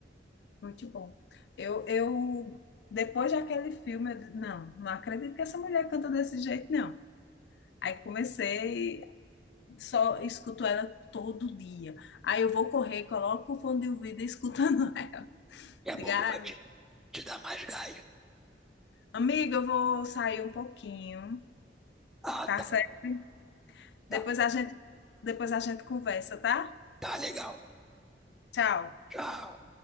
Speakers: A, on the left (about 70°); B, in the centre.
A: muito bom. Eu, eu depois daquele filme, eu disse, não, não acredito que essa mulher canta desse jeito, não. Aí comecei, só escuto ela todo dia. Aí eu vou correr, coloco o fone de ouvido e escutando <laughs> ela.
B: É
A: Diga,
B: bom que
A: ai,
B: vai te, te dar mais gás.
A: Amiga, eu vou sair um pouquinho,
B: Ah,
A: tá
B: tá,
A: certo?
B: tá,
A: Depois a gente, depois a gente conversa, tá?
B: tá legal.
A: Tchau.
B: Tchau.